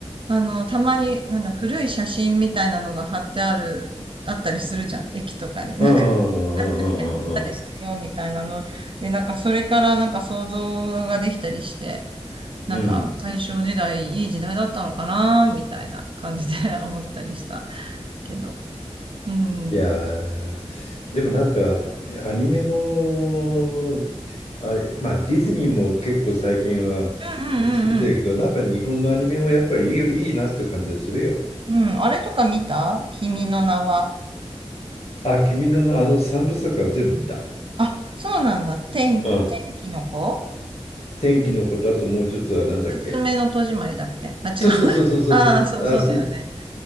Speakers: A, on the right (about 50°); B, on the left (about 65°).
A: あの、たまに、なんだ、古い写真みたいなのが貼ってある、あったりするじゃん。駅とかに。なんか、
B: うんうんうんうんうんうんうん。
A: 昔何々こんなでしたよ、みたいなの。で、なんか、それからなんか想像ができたりして、なんか、
B: うん
A: 大正時代、いい時代だったのかな、みたいな感じで <laughs> 思ったりしたけど。うん。
B: いやー、
A: うん
B: でもなんか、アニメも、あれ、まあ、ディズニーも結構最近は
A: うんうんうん。
B: 作ってるけど、なんか日本のアニメもやっぱりいいよ、いいなって感じがするよ。
A: うん、あれとか見た君の名は。
B: あ、君のあの三部作は全部見た。
A: あ、そうなんだ。天、
B: うん。
A: 天気の子
B: 天気のこと、あともう一つはなんだっけ。
A: すずめの戸締まりだっけあ、違う。
B: そうそうそうそうそうそう。
A: <laughs> ああ、そう、
B: あ、
A: そうだよね。
B: そうそう。